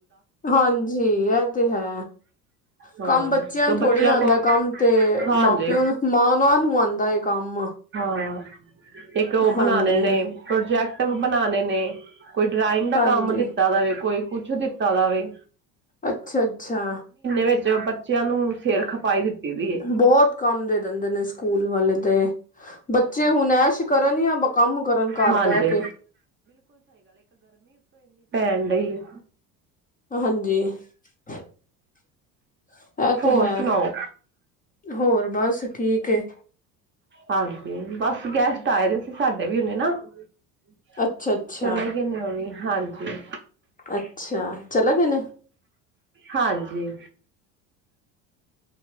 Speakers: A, on the left (about 20°); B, on the right (about 30°).
A: ਹਾਂਜੀ ਇਹ ਤੇ ਹੈ
B: ਹਾਂ
A: ਕੰਮ ਬੱਚਿਆਂ
B: ਤੇ
A: ਨੂੰ ਥੋੜ੍ਹੀ ਆਉਂਦਾ
B: ਕੋਲ
A: ਕੰਮ ਤੇ
B: ਹਾਂਜੀ
A: ਮਾਂ ਪਿਓ ਨੂੰ ਮਾਂ ਉਹਨਾਂ ਨੂੰ ਆਉਂਦਾ ਕੰਮ
B: ਹਾਂ ਇੱਕ ਉਹ
A: ਹਾਂਜੀ
B: ਬਣਾਣੇ ਨੇ ਪ੍ਰੋਜੈਕਟ ਬਣਾਣੇ ਨੇ ਕੋਈ ਡਰਾਇੰਗ ਦਾ
A: ਹਾਂਜੀ
B: ਕੰਮ ਦਿੱਤਾ ਜਾਵੇ ਕੋਈ ਕੁੱਛ ਦਿੱਤਾ ਜਾਵੇ
A: ਅੱਛਾ ਅੱਛਾ
B: ਵਿੱਚ ਬੱਚਿਆਂ ਨੂੰ ਸਿਰ ਖਪਾਈ ਦੀ ਏ।
A: ਬਹੁਤ ਕੰਮ ਦੇ ਦੇ ਦਿੰਦੇ ਨੇ ਸਕੂਲ ਵਾਲੇ ਤੇ ਬੱਚੇ ਹੁਣ ਐਸ਼ ਕਰਨ ਜਾਂ ਕੰਮ ਕਰਨ ਘਰ
B: ਹਾਂਜੀ
A: ਬਹਿ ਕੇ
B: ਪੈਂਦਾ ਹੀ ਹੈ
A: ਹਾਂਜੀ ਇਹ
B: ਹੋਰ
A: ਤੇ ਹੈ
B: ਸੁਣਾਓ
A: ਹੋਰ ਬਸ ਠੀਕ ਹੈ
B: ਹਾਂਜੀ ਬਸ ਗੈਸਟ ਆਏ ਰਹੇ ਸੀ ਸਾਡੇ <unintelligible>
A: ਅੱਛਾ ਅੱਛਾ
B: ਚਲਗੇ ਨੇ ਓ ਵੀ ਹਾਂਜੀ
A: ਅੱਛਾ ਚਲੇ ਗਏ ਨੇ
B: ਹਾਂਜੀ